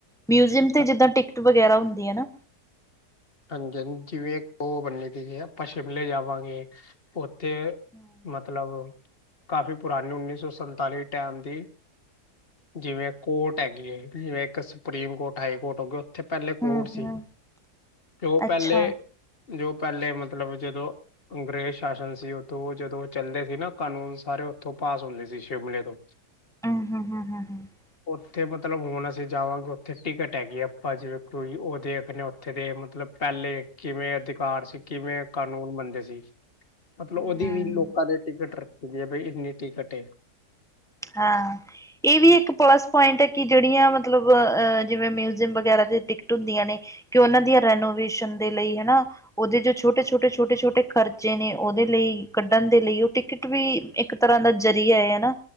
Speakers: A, in the centre; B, on the left (about 35°).
A: ਮਿਊਜ਼ੀਅਮ ਤੇ
B: ਹਾਂ-
A: ਜਿੱਦਾਂ ਟਿਕਟ ਵਗੈਰਾ ਹੁੰਦੀ ਆ। ਨਾ
B: ਹਾਂਜੀ ਹਾਂਜੀ ਜਿਵੇਂ ਉਹ ਬੰਦੇ ਆਪਾਂ ਸ਼ਿਮਲੇ ਜਾਵਾਂਗੇ ਉੱਥੇ
A: ਹੂ <inaudible>
B: ਮਤਲਬ ਕਾਫ਼ੀ ਪੁਰਾਣੀ ਉੱਨੀ ਸੌ ਸਨਤਾਲ਼ੀ ਦੇ ਟੈਮ ਦੀ ਜਿਵੇਂ ਕੋਟ ਹੈਗੀ ਏ ਜਿਵੇਂ ਇੱਕ ਸੁਪਰੀਮ ਕੋਟ ਹਾਈ ਕੋਟ ਹੋਗੀ। ਉੱਥੇ ਪਹਿਲੇ ਕੋਟ
A: ਹਮ
B: ਸੀ।
A: ਹਮ
B: ਜੋ
A: ਅੱਛਾ
B: ਪਹਿਲੇ ਜੋ ਪਹਿਲੇ ਮਤਲਬ ਜਦੋਂ ਅੰਗਰੇਜ਼ ਸ਼ਾਸਨ ਸੀ। ਉੱਥੋਂ ਜਦੋਂ ਚੱਲਦੇ ਸੀ ਨਾ ਕਾਨੂੰਨ ਸਾਰੇ ਉੱਥੋਂ ਪਾਸ ਹੁੰਦੇ ਸੀ। ਸ਼ਿਮਲੇ ਤੋਂ
A: <unintelligible>
B: ਉੱਥੇ ਮਤਲਬ ਹੁਣ ਅਸੀਂ ਜਾਵਾਂਗੇ ਉੱਥੇ ਟਿਕਟ ਹੈਗੀ ਆ। ਆਪਾਂ ਜਿਵੇਂ ਕੋਈ ਉਹ ਦੇਖਣੇ ਉਥੇ ਦੇ ਮਤਲਬ ਪਹਿਲੇ ਕਿਵੇਂ ਅਧਿਕਾਰ ਸੀ। ਕਿਵੇਂ ਕਾਨੂੰਨ ਬਨਦੇ ਸੀ। ਮਤਲਬ
A: ਹਮ
B: ਉਹਦੀ
A: ਹਮ
B: ਵੀ ਲੋਕਾਂ ਦੇ ਟਿਕਟ ਰੱਖੀ ਦੀ ਐ। ਬਾਈ ਇੰਨੀ ਟਿਕਟ ਏ।
A: ਹਾਂ ਇਹ ਵੀ ਇੱਕ ਪਲੱਸ ਪੁਆਇੰਟ ਆ। ਕਿ ਜਿਹੜੀਆਂ ਮਤਲਬ ਅਹ ਜਿਵੇਂ ਮਿਊਜ਼ੀਅਮ ਵਗੈਰਾ ਦੀ ਟਿਕਟ ਹੁੰਦੀਆਂ ਨੇ ਕਿ ਉਹਨਾਂ ਦੀਆਂ ਰੈਨੋਵੇਸ਼ਨ ਦੇ ਲਈ ਹਨਾ। ਉਹਦੇ ਜੋ ਛੋਟੇ- ਛੋਟੇ ਛੋਟੇ- ਛੋਟੇ ਖ਼ਰਚੇ ਨੇ ਉਹਦੇ ਲਈ ਕੱਢਣ ਦੇ ਲਈ ਉਹ ਟਿਕਟ ਵੀ ਇੱਕ ਤਰ੍ਹਾਂ ਦਾ ਜ਼ਰੀਆ ਏ ਨਾ।